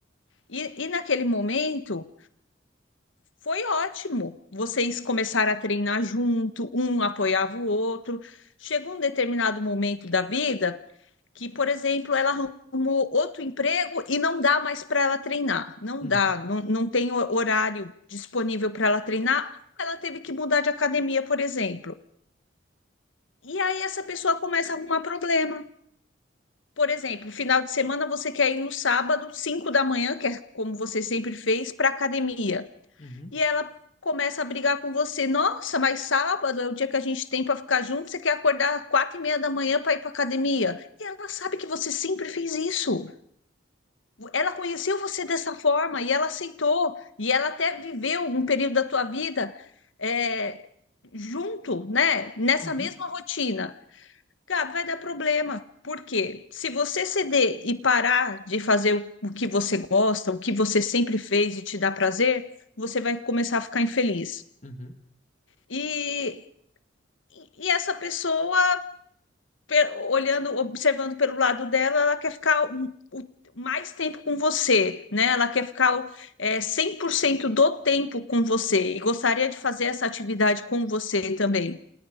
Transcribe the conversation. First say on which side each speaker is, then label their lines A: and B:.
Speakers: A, on the left; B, on the left.
A: E, e naquele momento foi ótimo. Vocês começaram a treinar junto, um apoiava o outro. Chegou um determinado momento da vida que, por exemplo, ela arrumou outro emprego e não dá mais para ela treinar. Não
B: uhum,
A: dá, não, não tem ho- horário disponível para ela treinar. Ela teve que mudar de academia, por exemplo. E aí essa pessoa começa a arrumar problema. Por exemplo, final de semana você quer ir no sábado, 5 da manhã, que é como você sempre fez, para academia
B: uhum,
A: e ela começa a brigar com você. Nossa, mas sábado é o dia que a gente tem para ficar junto. Você quer acordar às quatro e meia da manhã para ir para academia? E ela sabe que você sempre fez isso. Ela conheceu você dessa forma e ela aceitou. E ela até viveu um período da tua vida é, junto, né? Nessa
B: uhum,
A: mesma rotina. Gabi, vai dar problema. Porque se você ceder e parar de fazer o o que você gosta, o que você sempre fez e te dá prazer, você vai começar a ficar infeliz.
B: uhum.
A: E, e essa pessoa, pe- olhando, observando pelo lado dela, ela quer ficar o- o- mais tempo com você, né? Ela quer ficar é, 100% do tempo com você e gostaria de fazer essa atividade com você também.